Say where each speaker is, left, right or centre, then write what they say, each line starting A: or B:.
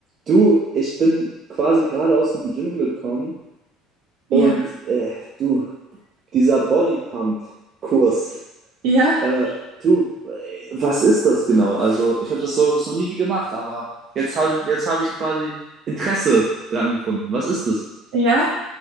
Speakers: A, on the right (about 45°); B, on the right (about 60°).
A: Du, ich bin quasi gerade aus dem Gym gekommen
B: Ja,
A: und äh, du, dieser Bodypump-Kurs,
B: ja,
A: äh, du, was ist das genau? Also, ich habe das so, noch nie gemacht, aber jetzt habe jetzt hab ich quasi Interesse dran gefunden. Was ist das?
B: ja.